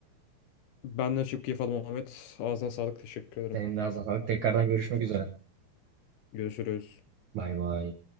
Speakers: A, on the left; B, on the right.
A: Benden çok keyif aldım Ahmet. Ağzına sağlık. Teşekkür ederim.
B: Senin de ağzına sağlık. Tekrardan görüşmek üzere.
A: Görüşürüz.
B: Bay bay.